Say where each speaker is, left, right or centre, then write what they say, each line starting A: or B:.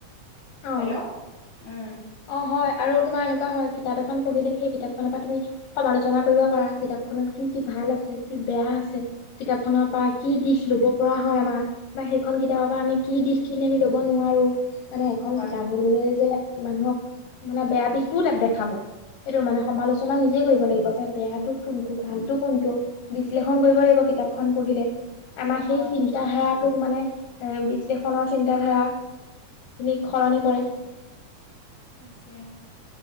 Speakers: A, on the left; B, on the left.
A: অ
B: হেল্ল। ' উম।
A: অ হয় আৰু তোমাৰ এনেকুৱা হয়। কিতাপ এখন পঢ়িলে সেই কিতাপ খনৰ পৰা তুমি সমালোচনা কৰিব পাৰা কিতাপখননত কি কি ভাল আছে কি বেয়া আছে। কিতাপ খনৰ পৰা কি দিশ লব পৰা হয় আমাৰ বা সেইখন কিতাপৰ
B: হয়
A: পৰা আমি কি দিশ কিনি আমি ল'ব নোৱাৰো। মানে এখন
B: হয়
A: কিতাপ হ'ল বুলিয়ে যে মানুহক মানে বেয়া দিশতটোও তাক দেখাব, সেইটো মানে সমালোচনা নিজে লাগিব। যে বেয়াতটো কোনটো, ভালতো কোনটো, বিশ্লেষণ কৰিব লাগিব কিতাপখন পঢ়িলে। আমাৰ
B: হয় হয়
A: সেই চিন্ত ধাৰাটোক মানে এ বিশ্লেষণৰ চিন্ত ধাৰা খিনিক সলনি কৰে।
B: তাকে।